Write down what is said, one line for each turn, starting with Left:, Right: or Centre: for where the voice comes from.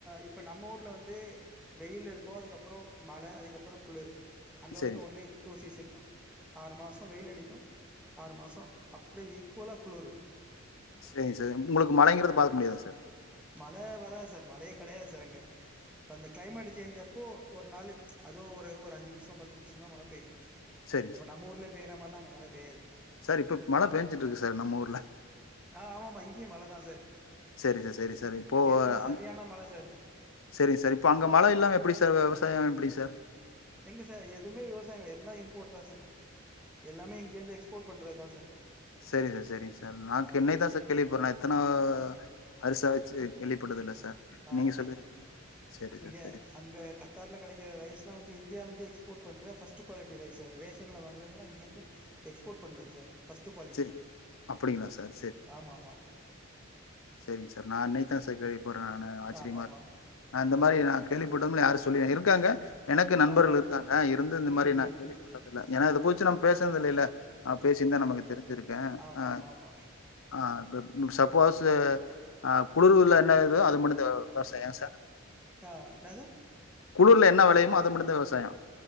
Centre: இப்ப நம்ம ஊர்ல வந்து வெயிலு இருக்கும் அதுக்கப்றோ மழை அதுக்கப்றோ குளிரு அங்க
Left: சரிங்க
Centre: வந்து ஒன்லி டூ சீசன் தா ஆறு மாசம் வெயில் அடிக்கும் ஆறு மாசம் அப்டியே ஈக்குவலா குளுரு
Left: சேரிங்க சார் உங்களுக்கு மழைங்கறத பாக்க முடியாதா சார்
Centre: மழ வராது சார் மழையே கெடையாது சார் அங்க இப்ப அந்த கிளைமேட் சேஞ் அப்போ ஒரு நாளு அதுவு ஒரு அஞ்சு நிமிஷம் பத்து நிமிஷம் தா மழ பெய்யு
Left: சரிங்க
Centre: இப்ப
Left: சார்
Centre: நம்ம ஊர்ல பெய்ற மாறில்லா அங்க மழ பெய்யாது
Left: சார் இப்ப மழ பேஞ்சுட்டு இருக்கு சார் நம்ம ஊர்ல
Centre: ஆ ஆமாமா இங்கேயு மழ தா சார்
Left: சேரி சார் சேரி சார் இப்போ
Centre: நேத்தெல்லா
Left: அங்
Centre: சரியான மழ சார்
Left: சேரிங் சார் இப்ப அங்க மழ இல்லாம எப்டி சார் விவசாயம் எப்டி சார்
Centre: எங்க சார் எதுவுமே விவசாயம் கெடயாது எல்லா இம்போட் தா சார் எல்லாமே இங்கேருந்து எக்ஸ்போட் பண்றதுதா சார்
Left: சேரி சார் சேரிங்க சார் நாக்
Centre: ஆமா
Left: இன்னைக்குதா சார் கேள்வி பட்றே இத்தன வயசாச்சு கேள்விப்பட்டது இல்ல சார்
Centre: ஆமா
Left: நீங்க
Centre: சார்
Left: சொல்லி தா எனக்கு தெரியு சேரி
Centre: இங்க
Left: சார் சேரி
Centre: அங்க க ர்ல கிடைக்குற ரைஸ்ல்லா வந்து இந்தியாலருந்து எக்ஸ்போட் பண்ற ஃபர்ஸ்ட் குவாலிட்டி ரைஸ் சார் ரேஷன்ல வாங்குறதுல்லா இங்கந்து எக்ஸ்போட் பண்றது சார் ஃபர்ஸ்ட்டு குவாலிட்டி
Left: சேரி அப்டிங்களா சார்
Centre: ஆமா ஆமா ஆமா
Left: சேரிங் சார் நா இன்னைக்கு தா சார் கேள்வி பட்றே நானு ஆச்சரியமா
Centre: ஆமா ஆமா
Left: இருக் நா இந்த மாறி நா கேள்விப்பட்டதும் இல்ல யாரும் சொல்லி இருக்காங்க எனக்கும் நண்பர்கள்
Centre: ஆ
Left: இருக்காங்க இருந்து இந்த
Centre: ம்
Left: மாறி
Centre: ம்
Left: நா கேள்விப்பட்டது
Centre: ம்
Left: இல்ல ஏன்னா இத போச்சு நம்ம பேசுனது இல்லைல்ல அ பேசிருந்தா
Centre: க
Left: நமக்கு தெரிஞ்சிருக்கு
Centre: ஆமா
Left: ஆ
Centre: ஆமா ஆமா
Left: ஆ ப்ப சப்போஸ்சு ஆ குளுருள்ள என்ன ஏதோ அது மட்டும் விவசாயம் ஏன் சார்
Centre: தா என்னது
Left: குளுருல என்ன வெலயுமோ அது மட்டுந்தா விவசாயம்